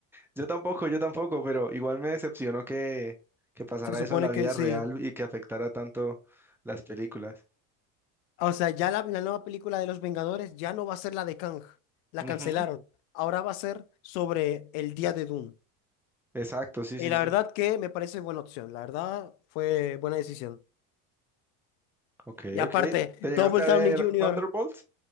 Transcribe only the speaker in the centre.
Yo tampoco, yo tampoco, pero igual me decepcionó que, que pasara
eso en la vida
real y que afectara tanto las películas.
Ujú,
Exacto, sí,
sí,
sí.
Ok,
ok. ¿Te
llegaste a
ver
Thunderbolts?